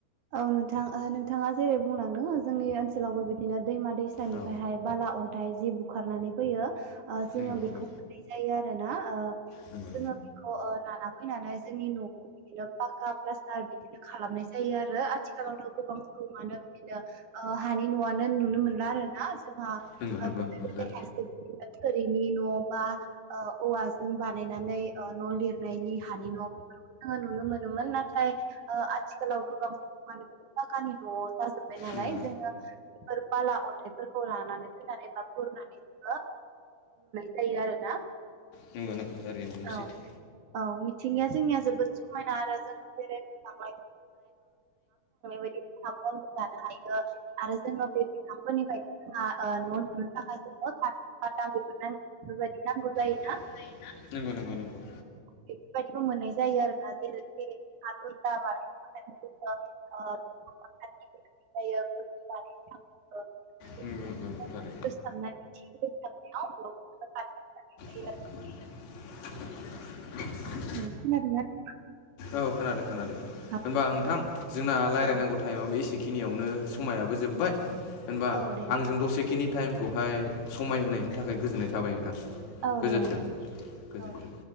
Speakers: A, on the right; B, on the left.
A: औ नोंथां ओ नोंथाङा जेरै बुंलांदों जोंनि ओनसोलावबो बिदिनो दैमा दैसा सानिफ्रायहाय
B: औ
A: बाला अन्थाइ जि बुखारनानै फैयो ओ जोङो
B: नंगौ नंगौ
A: बेखौ जायो आरो ना ओ
B: नंगौ
A: जोङो बिखौ ओ लाना फैनानै जोंनि न'खौ बिदिनो पाक्का प्लास्टार बिदिनो खालामनाय जायो आरो। आरो आथिखालावथ' गोबां सम मानो बिदिनो ओ हानि न'आनो नुनो मोनला आरोना जोंहा
B: नंगौ
A: <unintelligible>
B: नंगौ नंगौ सार
A: थोरिनि न' बा ओ औवाजों बानायनानै ओ न' लिरनायनि हानि न' जोंङो नुनो मोनोमोन नाथाय ओ आथिखालाव गोबां <unintelligible> फाखानि न' जाजोबबाय नालाय
B: नंगौ
A: जोङो बेफोर बाला अन्थाइफोरखौ लानानै फैनानै एबा बुरनानै <unintelligible> जायो आरोना।
B: नंगौ नोंथां थारैनो
A: औ
B: सैथो।
A: औ मिथिंगाया जोंनिया जोबोद समायना आरो जों <unintelligible> <unintelligible> <unintelligible> <unintelligible> बायदि हायो आरो जेनबा बे बिफांफोरनिफ्राय बा ओ न' लुनो थाखाय <unintelligible> <unintelligible> बेफोरबायदि नांगौ जायो।
B: नांगौ जायोना नंगौ नंगौ नंगौ।
A: बेफोरबायदिबो मोननाय जायो आरो ना जेरै <unintelligible> ओ <unintelligible> थाखाय
B: नंगौ नंगौ नंगौ थारै।
A: <unintelligible> <unintelligible> गोनांथि जायो
B: <unintelligible>
A: आरो। <unintelligible>
B: औ खोनादों- खोनादों
A: नोंथां
B: होनबा नोंथां जोंना रायलायनांगौ
A: औ
B: टाइमाबो एसेखिनियावनो समायाबो जोबबाय होनबा
A: औ दे
B: आंजों दसेखिनि टाइमखौहाय समायहोनायनि थाखाय गोजोननाय थाबाय नोंथां।
A: औ
B: गोजोन्थों
A: दे नोंथां
B: गोजोन्थों
A: औ दे।